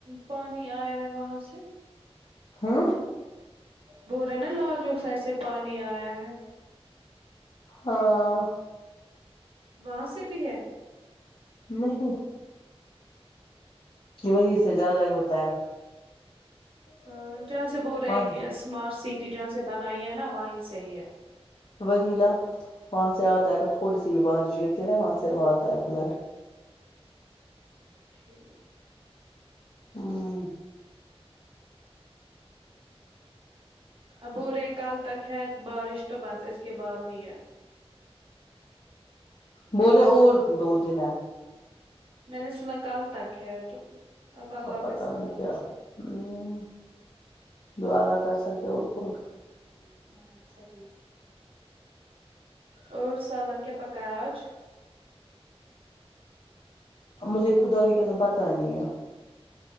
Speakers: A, on the right; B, on the left.
A: پانی آیا ہے وہاں سے
B: ہاں
A: بول رہے ہیں نا لال چوک سے ایسے پانی آیا ہے
B: ہاں
A: وہاں سے بھی ہے
B: نہیں کہ وہی سے زیادہ ہی ہوتا ہے
A: ہاں جہاں سے بول رہے
B: ہاں
A: ہے کہ اسمارٹ سٹی جہاں سے بنائی ہے نا وہ سے ہی ہے
B: وہی نا وہاں سے آتا ہے کہ تھ تھوڑی سی بھی بارش گتی ہے نا وہاں سے وہاں آتا ہے پلٹ
A: ٹھیک
B: ہوں
A: اب بولرہے کل تک ہے بارش تو بس اس کے بعد نہیں ہے
B: بول رے اور دو دن ہے
A: میں نے سنا کل تک ہے تو اب اللہ
B: پتہ
A: پہ سارا
B: نہیں کیا
A: کچھ ہے
B: ہمم دعا ہی کر سکتے ہیں اور کیا
A: ہاں صحیح اور سالن کیا پکایا آج
B: مجھے خدا کی قسم پتا نہیں ہے